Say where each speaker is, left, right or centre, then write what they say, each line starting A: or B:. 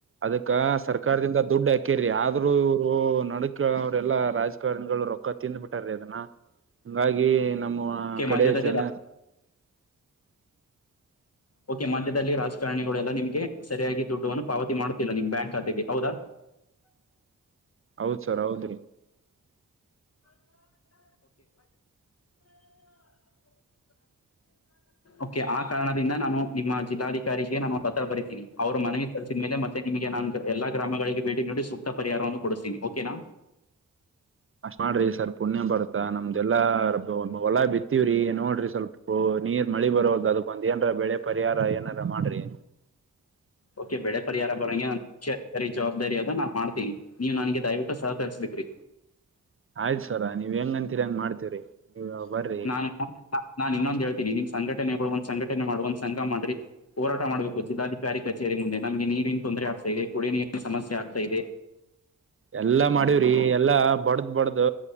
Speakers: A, on the right; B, on the left.
A: ಅದಕ್ಕ ಸರ್ಕಾರಕ ಸರ್ಕಾರದಿಂದ ದುಡ್ ಹಾಕೇರಿ ಆದ್ರು ಇವ್ರು ನಡಕ ಅವ್ರೆಲ್ಲಾ ರಾಜಕಾರಣಿಗಳು ರೊಕ್ಕ ತಿಂದ್ ಬಿಟ್ಟಾರೀ ಅದನ್ನ. ಹಂಗಾಗಿ ನಮ್ಮ
B: ಓಕೆ
A: ಕಡೆ
B: ಮಧ್ಯದಲ್ಲಿ
A: ಜನ
B: ರಾ ಓಕೆ ಮಧ್ಯದಲ್ಲಿ ರಾಜಕಾರಣಿಗಳುಲ್ಲ ನಿಮ್ಗೆ ಸರಿಯಾಗಿ ದುಡ್ಡವನ್ನು ಪಾವತಿ ಮಾಡ್ತಿಿಲ್ಲಾ ನಿಮ್ ಬ್ಯಾಂಕ್ ಖಾತೆಗೆ ಹೌದಾ
A: ಹೌದ್ ಸರ್ ಹೌದ್ರಿ
B: ಓಕೆ ಆ ಕಾರಣದಿಂದ ನಾನು ನಿಮ್ಮ ಜಿಲ್ಲಾಧಿಕಾರಿಗೆ ನಾನು ಪತ್ರ ಬರಿತೀನಿ ಅವ್ರ ಮನವಿ ಕರ್ಸಿದ ಮೇಲೆ ಮತ್ತೆ ನಿಮಗೆ ನನ್ ಎಲ್ಲಾ ಗ್ರಾಮಗಳಿಗೆ ಭೇಟಿ ನಡಿ ಸೂಕ್ತ ಪರಿಹಾರವನ್ನು ಕೊಡಿಸತನಿ ಓಕನಾ
A: ಅಷ್ಟ್ ಮಾಡ್ರಿ ಸರ್ ಪುಣ್ಯ ಬರ್ತಾದ ನಮ್ದೆಲ್ಲಾರದು ಹೊಲ ಬಿತ್ತೀವ್ರಿ ನೋಡ್ರಿ ಸ್ವಲ್ಪ ಓ ನೀರ್ ಮಳಿ ಬರವಲ್ಲದ ಅದಕ್ಕೊಂದ ಏನಾರ ಬೆಳೆ ಪರಿಹಾರ ಏನಾರ ಮಾಡ್ರಿ
B: ಓಕೆ ಬೆಳೆ ಪರಿಹಾರ ಬರೋ ಹಾಗೆ ನಂಗೆ ಕೃಷಿ ಅಧಿಕಾರಿ ಜವಾಬ್ದಾರಿ ಅದ ನಾ ಮಾಡ್ತೀನಿ ನೀವ್ ನನ್ಗೆ ದಯವಿಟ್ಟು ಸಹಕರಿಸ ಬೇಕ್ರಿ
A: ಆಯ್ತು ಸರ ನೀವ್ ಹೆಂಗ ಅಂತೀರಿ ಹೆಂಗ ಮಾಡ್ತೀವ್ರಿ ನೀವ್ ಬರ್ರಿ
B: ನಾನ್ ನಾನ್ ಇನ್ನೊಂದ್ ಹೇಳ್ತೀನಿ ನೀಮ್ ಸಂಘಟನೆಗಳು ಒಂದ್ ಸಂಘಟನೆ ಮಾಡ ಒಂದ್ ಸಂಘ ಮಾಡ್ರಿ ಹೋರಾಟ ಮಾಡ್ಬೇಕು ಜಿಲ್ಲಾಧಿಕಾರಿ ಕಚೇರಿ ಮುಂದೆ ನಮಗೆ ನೀರಿನ ತೊಂದರೆ ಆಗ್ತಾ ಇದೆ ಕುಡಿಯುವ ನೀರಿನ ಸಮಸ್ಯೆ ಆಗ್ತಾ ಇದೆ
A: ಎಲ್ಲ ಮಾಡಿವಿ ಹೆ ಎಲ್ಲಾ ಬಡ್ದ್ ಬಡ್ದ